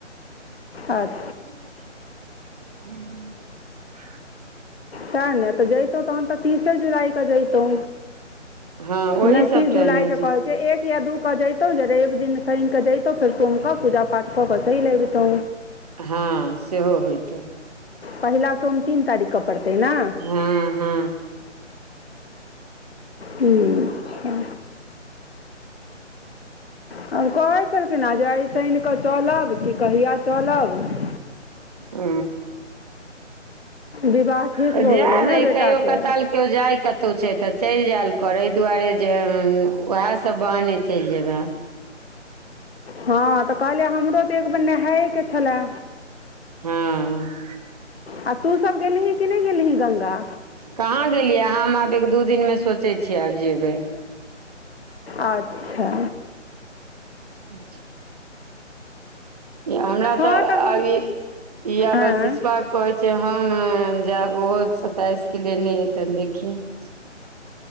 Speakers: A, on the left (about 55°); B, on the right (about 30°).
A: अच्छा,
B: <inaudible>
A: त ने तऽ जतहु तहन तऽ तीसे जुलाई कऽ जइतहु,
B: हँ ओही
A: नहि
B: सब
A: तीस जुलाई
B: टाइम मे
A: के
B: जेतै
A: कहैत छै एक या दू, कऽ जैतहुँ ज रवि दिन शनिकऽ जैतहुँ फेर सोम कऽ पूजा पाठ कऽ कऽ चलि अबितहुँ,
B: हँ सेहो होयइत
A: पहिला सोम तीन तारीखक पड़तै न
B: हू हू,
A: हू। हँ। हम कहैत छलखिन हेँ जे एहि शनि कऽ चलब कि कहिया चलब।
B: ह
A: विवाह ठीक
B: तऽ
A: भऽ
B: जाए
A: गेलै ने
B: दही
A: बेटाके
B: कहियो कताल। केओ जाय कतहु छै तऽ चलि जायल कर एहि दुआरे जे उएह सब बहने चलि जेबै।
A: हँ तऽ कहलियै हमरो तऽ एक बेर नहाएएके छलए।
B: हँ,
A: आ तू सब गेलही कि नहि गेलही गंगा।
B: कहाँ गेलियै हम आब एक दू दिनमे सोचै छियै आब जेबै।
A: अच्छा।
B: छा, हमरा
A: हँ
B: तऽ
A: हम
B: आब ई आशिषबा
A: आँय
B: कहै छै हम जायब ओहो सताइस के लेने हय तऽ देखबिही